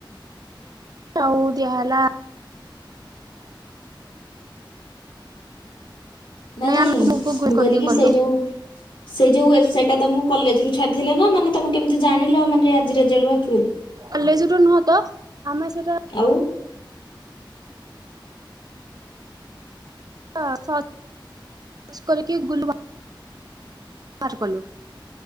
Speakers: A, on the right; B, on the left.
A: ହଉ ଦି ହେଲା
B: ନାଇଁ ନାଇଁ
A: ଆମେ ଗୁଗୁଲ
B: ମୁଗଲ
A: କରିକି
B: କିି
A: କଲୁ
B: ସେ ଯୋଉ ସେ ଯୋଉ ୱେବସାଇଟା ତମୁ କଲେଜ୍ ରୁ ଛାଡ଼ିଥିଲେ ନା ମାନେ ତମେ କେମତି ଜାଣିଲ ମାନେ ଆଜି ରେଜାଲ୍ଟୁ ଭାରୁଚି ବୋଲି?
A: କଲେଜ୍ ରୁ ତ ନୁହଁ ତ ଆମେ ସେଟା
B: ଆଉ?
A: ଅ ସ ସ୍ କରିକି ଗୁଲ ବା ଆଠୁ କଲୁ।